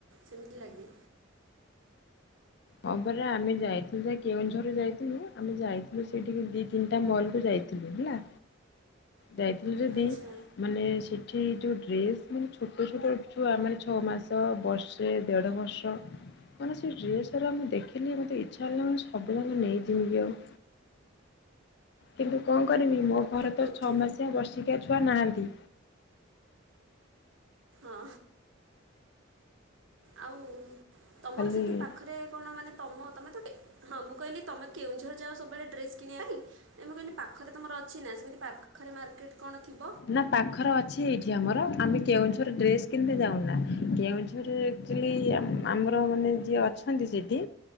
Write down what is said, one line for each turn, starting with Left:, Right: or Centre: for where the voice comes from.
Right: ସେମିତି ଲାଗେ
Left: ହଁ ପରା ଆମେ ଯାଇଥିଲୁ ଯେ କେଉଁଝର ଯାଇଥିଲୁ ଆମେ ଯାଇଥିଲୁ ସେଇଠିକି ଦି ତିନିଟା ମଲକୁୁ ଯାଇଥିଲୁ ହେଲା ଯାଇଥିଲୁ ଯଦି
Right: ଆଚ୍ଛା
Left: ମାନେ ସେ ଏଠି ଯୋଉ ଡ୍ରେସ ମାନେ ଛୋଟ ଛୋଟ ଯୋଉ ଆମର ଛଅ ମାସ ବର୍ଷେ ଦେଢ ବର୍ଷ ମାନେ ସେ ଡ୍ରେସ ମୁଁ ଦେଖିଲି ମତେ ଇଚ୍ଛା ହେଲା ମୁ ସବୁଯାକ ନେଇଯିବି କି ଆଉ। କିନ୍ତୁ କଣ କରିବି ମୋ ଘର
Right: ତ
Left: ଛଅ
Right: ଛୋଟ
Left: ମାସିଆ ବର୍ଷି ଛୁଆ ନାହାନ୍ତି।
Right: ହଁ ଆଉ ତମର
Left: ଖାଲି
Right: ସେଠି ପାଖରେ କଣ ମାନେ ତମ ତମେ ତ ହଁ ମୁଁ କହିଲି ତମେ କେଉଁଝର ଯାଅ ସବୁବେଳେ ଡ୍ରେସ କିଣିବା ପାଇଁ ମୁଁ କହିଲି ପାଖରେ ତମର ଅଛି ନା ସେମିତି ପାଖରେ ମାର୍କେଟ କଣ ଥିବ।
Left: ନା ପାଖରେ ଅଛି ଏଇଠି ଆମର ଆମେ କେଉଁଝର ଡ୍ରେସ୍ କିଣି ଯାଉନା କେଉଁଝର ଆଚୁଆଲି ଆମର ମାନେ ଯିଏ ଅଛନ୍ତି ସେଠି